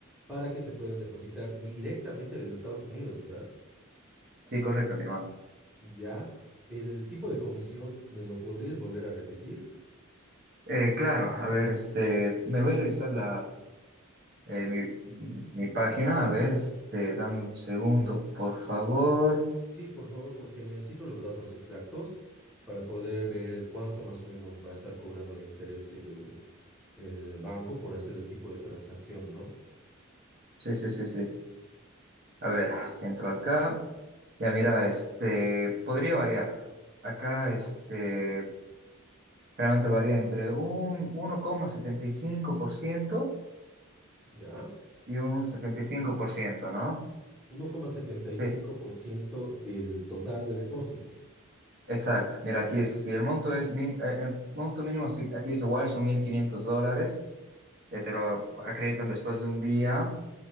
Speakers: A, in the centre; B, on the right.
A: para que te puedan depositar directamente desde Estados Unidos, ¿verdad?
B: Sí, correcto, mi hermano.
A: Ya, ¿el tipo de comisión me lo podrías volver a repetir?
B: Eh, claro, a ver, este, me voy a revisar la Eh, mi, mi página, a ver, este, dame un segundo, por favor.
A: Sí, por favor, porque necesito los datos exactos para poder ver cuánto más o menos va a estar cobrando de interés el, el banco por hacer el tipo de transacción, ¿no?
B: Sí, sí, sí, sí. A ver, entro acá. Ya mira, este, podría variar. Acá, este, realmente varía entre un uno coma setenta y cinco por ciento
A: Ya,
B: y un setenta y cinco por ciento ¿no?
A: uno coma setenta
B: Sí,
A: y cinco por ciento del total de depósito,
B: exacto. Mira, aquí es- si el monto es, min- eh, el monto mínimo, si aquí es igual, son 1.500 dólares. eh, te lo acreditan después de un día.